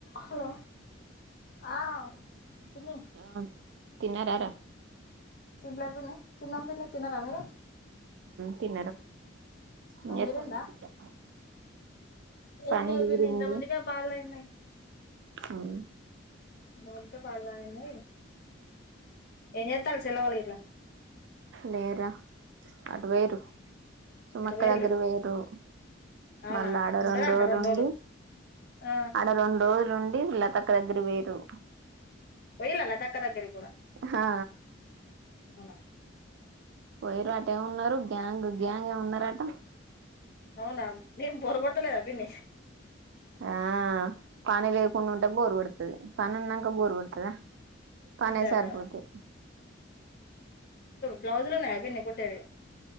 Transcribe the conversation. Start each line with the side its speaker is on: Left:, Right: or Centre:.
Left: Hello ఆ... పిన్ని
Right: ఆ. తిన్నారార.
Left: హలో పిన్ని తిన్నం పిన్ని తిన్న రా మీరు.
Right: తిన్నార ఏం చెప్తాన్రు
Left: మీరిందా
Right: పని
Left: ఏం లేదు
Right: తీరింది
Left: పిన్ని ఇంత ముందుకే పాలు తాగిన
Right: ఆఓ
Left: మౌనిక పాలు తాగింది ఏం చెత్తన్లు చిన్నవాళ్లు ఇంట్ల
Right: లేర అటు వేరు సుమక్క
Left: ఎటు పోయిళ్ళు
Right: దగ్గర వేయింరు
Left: అవునా
Right: మళ్ళా ఆడ
Left: ఉంటారటనా
Right: రెండు రోజులుండి
Left: రోజులు ఆ
Right: ఆడ రెండు రోజులుండి <unintelligible> లతక్క దగ్గరకి పోయిర్రు
Left: యిల్ల లతక్క దగ్గరి
Right: హా
Left: అవునా
Right: పోయిర్రు అటే ఉన్నరు గ్యాంగ్ గ్యాంగ్ ఏమో ఉన్నరట.
Left: అవునా నీకు బోర్ కొడుత లేదా పిన్ని
Right: ఆ పని లేకుండా ఉంటే బోరు కొడుతది. పని ఉన్నంక బోరు కొడుతుదా? పనే
Left: అంతే
Right: సరిపోతది
Left: అంటావా బ్లౌజులు ఉన్నాయ పిన్ని కుట్టేడివి